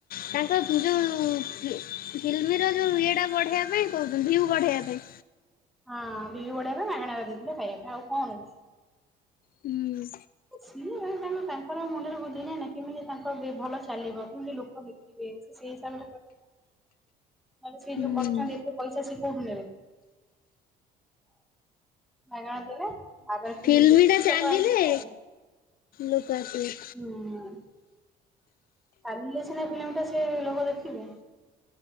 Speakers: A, on the left; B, in the centre.
A: ତାଙ୍କ ଯୋଉ ଫ୍ଲିମ୍ ର ଯୋଉ ଇଏଟା ବଢ଼େଇବା ପାଇଁ କହୁଛନ୍ତି ଭିୟୁ ବଢ଼େଇବା ପାଇଁ।
B: ହଁ ଭିୟୁ ବଢ଼େଇବା ପାଇଁ ମାଗଣାରେ ଦେଇଥିଲେ ଖାଇବା ପାଇଁ ଆଉ କଣ‌।
A: ହୁଁ।
B: <unintelligible> ତାଙ୍କର ମୁଣ୍ତ ରେ ବୁଦ୍ଧି ନାହିଁ ନା କେମିତି ତାଙ୍କ ଭଲ ଚାଲିବ କେମିତି ଲୋକ <unintelligible> ସେ ସେଇ ହିସାବରେ କ ନହେଲେ ସେ ଯୋଉ
A: ହୁଁ।
B: କରୁଛନ୍ତି ଏତେ ପଇସା ସିଏ କଉଠୁ ନେବେ। ମାଗଣା ଦେଲେ ତାପରେ ଫିଲ୍ମ
A: ଫିଲ୍ମ୍
B: ଦେଖିକି
A: ଟା ଚାଲିଲେ
B: ଲୋକ ଆଇଥିଲେ ଆଉ।
A: ଲୋକ ଆସିବେ।
B: ହୁଁ। ଚାଲିଲେ ସିନା ଫିଲ୍ମ୍ ଟା ସେ ଲୋକ ଦେଖିବେ